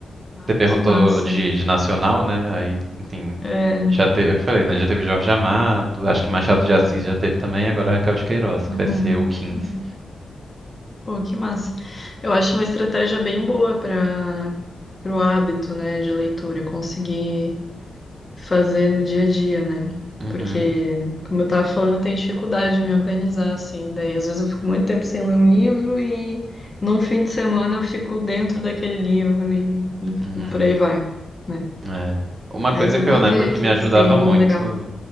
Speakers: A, on the left; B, on the right.
A: ah,
B: Você perguntou
A: que massa.
B: de, de nacional, né? Aí, enfim,
A: É.
B: já teve, eu falei, né? Já teve Jorge Amado, acho que Machado de Assis já teve também, agora Raquel de Queiroz, que
A: uhum,
B: vai ser o 15.
A: uhum. Pô, que massa. Eu acho uma estratégia bem boa para o hábito, né, de leitura, conseguir. fazer no dia a dia, né?
B: Uhum,
A: Porque, como eu tava falando, eu tenho dificuldade de me organizar, assim. Daí, às vezes, eu fico muito tempo sem ler um livro e num fim de semana eu fico dentro daquele livro e, e-
B: uhum,
A: e por aí vai, né?
B: é. Uma coisa
A: Mas eu
B: que
A: vou
B: eu lembro
A: ver
B: que
A: aqui
B: me ajudava
A: se tem algum
B: muito.
A: legal.